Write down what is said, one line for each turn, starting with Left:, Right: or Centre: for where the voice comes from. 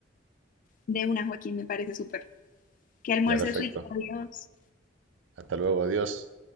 Left: De una, Joaquín, me parece súper. Que almuerces
Right: Ya, perfecto.
Left: rico, adiós.
Right: Hasta luego, adiós.